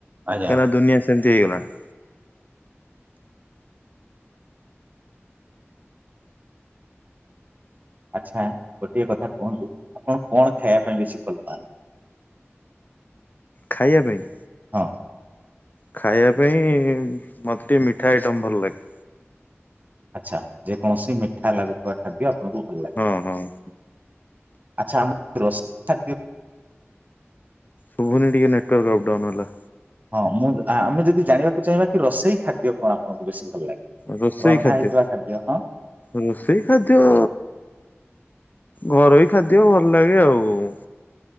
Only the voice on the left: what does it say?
କାହିଁନା ଦୁନିଆ ସେମିତି ହେଇଗଲାଣି।
ଖାଇବା ପାଇଁ।
ଖାଇବା ପାଇଁ ମୋତେ ଟିକେ ମିଠା ଆଇଟମ୍ ଭଲ ଲାଗେ।
ହଁ ହଁ।
ପୁଣି ଟିକେ ନେଟୱର୍କ ଅପଡାଉନ ହେଲା।
ରୋଷେଇ
ଖାଦ୍ୟ
ରୋଷେଇ ଖାଦ୍ୟ ଅ ଘରୋଇ ଖାଦ୍ୟ ଭଲ ଲାଗେ ଆଉ ଉଁ।